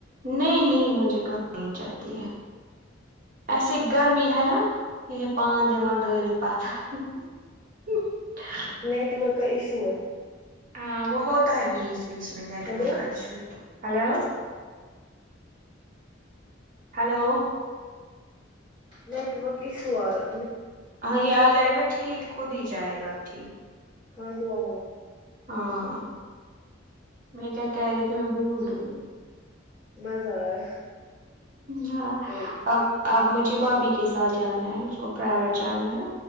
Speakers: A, on the right; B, on the right.
A: نہیں نہیں مجھے کہاں نہیں چڑتی ہے ایسے <unintelligible> گرمی ہے نا یہ ہے پان دان دورت پتھر ہ
B: نیٹ ورک کا ایشو ہے
A: ہاں وہ ہوتا ہے بیچ بیچ میں نیٹورک
B: ہلو
A: کا issue hello hello
B: network issue ارا
A: ہاں یہ آ جائے گا ٹھیک کود ہی جائے گا آب ٹھیک
B: ہاں ہواہوا
A: ہاں میں کیا کہہ رہی تھی میں بھول گئی ہوں
B: مزہ آیا
A: ہ
B: وہی
A: اب اب مجھے بھابھی کے ساتھ جانا ہے اس کو پرائیویٹ جانا ہے